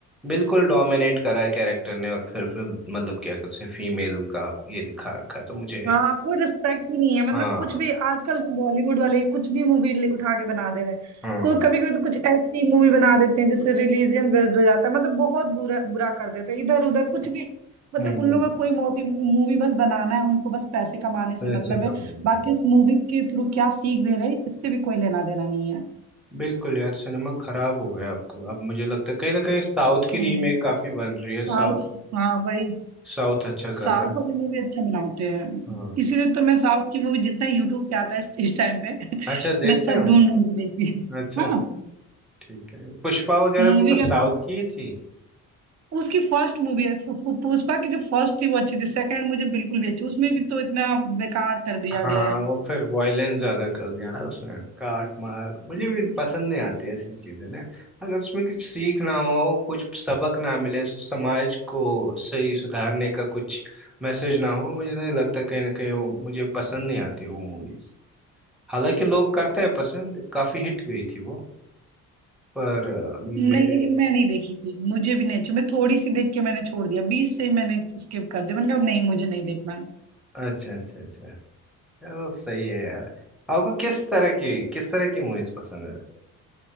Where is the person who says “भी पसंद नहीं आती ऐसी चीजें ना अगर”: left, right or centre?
Centre